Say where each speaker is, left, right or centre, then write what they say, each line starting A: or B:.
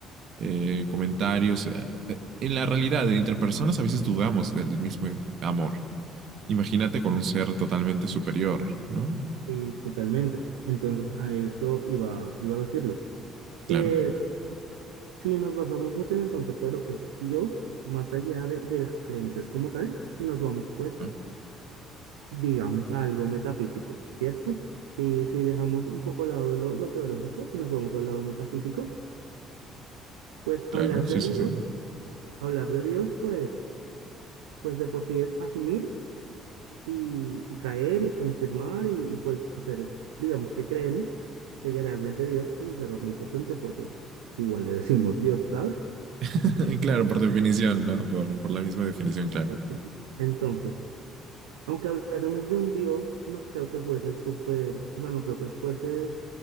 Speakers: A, on the right; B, on the right.
A: eh, comentarios. eh, eh, En la realidad, entre personas a veces dudamos del mismo amor. Imagínate con un ser totalmente superior, ¿no?
B: Sí, totalmente. Entonces, a eso iba, iba a decirlo.
A: Claro.
B: Eh, sí, nos basamos mucho en el concepto de lo que es Dios, más allá de, de las creencias como tal, y nos vamos, pues,
A: Ah,
B: digamos, a algo metafísico, ¿cierto? Si, si dejamos un poco al lado lo, lo teológico y nos vamos al lado metafísico, pues
A: claro,
B: hablar
A: sí,
B: de
A: sí,
B: Dios,
A: sí.
B: hablar de Dios, pues, pues de por sí es asumir y, y caer y confirmar y, y, pues hacer, digamos, que creemos de que realmente Dios es un ser omnipotente porque igual le decimos Dios, ¿sabes?
A: <laughs> claro, por definición, ¿no? Por, por, la misma definición,
B: Listo.
A: claro.
B: Y- Entonces, aunque hablásemos de un Dios, no creo que fuese súper, o sea, no creo que fuese